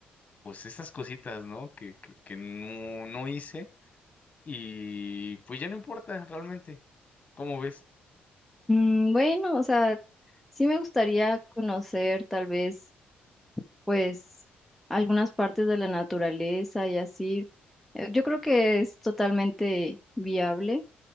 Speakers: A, on the left; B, in the centre.
A: pues esas cositas, ¿no? Que, que, que no, no hice y pues ya no importa realmente. ¿Cómo ves?
B: Mm, bueno, o sea, sí me gustaría conocer tal vez, pues, algunas partes de la naturaleza y así. Eh, Yo creo que es totalmente viable